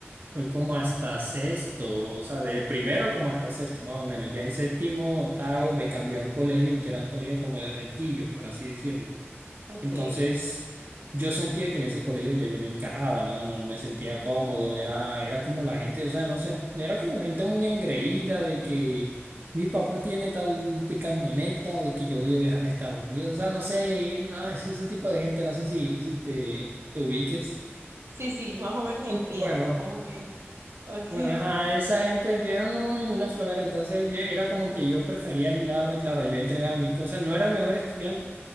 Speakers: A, on the right; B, on the right.
A: fue como hasta sexto, o sea, de primero como hasta sexto, más o menos. Ya en séptimo, octavo, me cambié a un colegio que era un colegio como de requillos, por así decirlo.
B: Ok.
A: Entonces, yo sentía que en ese colegio ya yo no encajaba, ¿no? No me sentía cómodo, era, era como la gente, o sea, no sé, era como gente muy engreída de que mi papá tiene tal de camioneta o de que yo voy a viajar a Estados Unidos, o sea, no sé, ay, ese tipo de gente, no sé si, si te, te ubiques.
B: Sí, sí, más o menos entiendo.
A: Bueno.
B: Como que, ok.
A: Bueno, ajá, esa gente que "Ay, una flojera, entonces yo- era como que yo prefería aislarme, claro, yo entregaba mis cosas, no era el mejor estudiante,